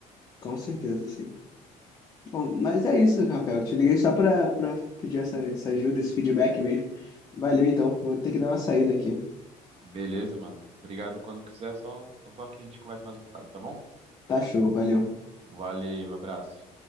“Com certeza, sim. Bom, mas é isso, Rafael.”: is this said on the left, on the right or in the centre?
Left